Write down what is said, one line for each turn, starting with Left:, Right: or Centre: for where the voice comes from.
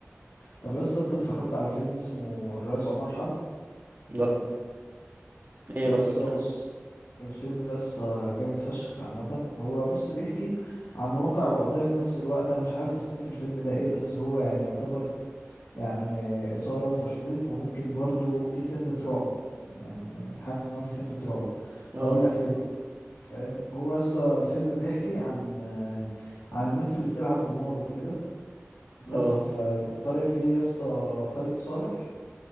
Left: طب يا اسطى انت اتفرجت على فيلم اسمه الرئيس عمر حرب
Right: لا ايه
Left: يا
Right: بقى
Left: اسطى
Right: الكلام
Left: بص الفيلم ده يا اسطى جامد فشخ عامه هو بص بيحكي عن واقع وقضيه في نفس الوقت انا مش عارف تصنيف الفيلم ده ايه بس هو يعني يعتبر يعني اثاره وتشويق وممكن برضه في سنه رعب يعني حاسس ان هو في سنه رعب
Right: اه
Left: هقول لك ليه بقى فاهم هو يا اسطى الفيلم بيحكي عن عن الناس اللي بتلعب قمار وكده بس
Right: اه
Left: فكان طالع فيه يا اسطى خالد صالح